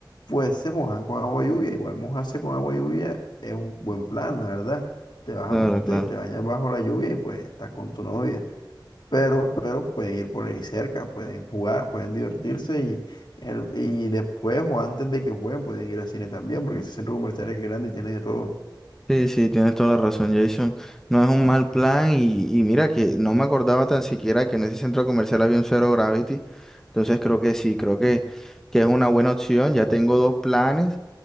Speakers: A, on the left; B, in the centre.
A: pues se mojan con agua lluvia, igual mojarse con agua lluvia es un buen plan, la verdad. Te vas
B: Claro,
A: a-
B: claro.
A: te, te bañas bajo la lluvia y pues estás con tu novia. Pero, pero pueden ir por ahí cerca, pueden jugar, pueden divertirse y, el- y después o antes de que jueguen pueden ir al cine también, porque ese centro comercial es grande y tiene de todo.
B: Sí, sí, tienes toda la razón, Jason. No es un mal plan y, y mira que no me acordaba tan siquiera que en ese centro comercial había un Zero Gravity. Entonces creo que sí, creo que, que es una buena opción. Ya tengo dos planes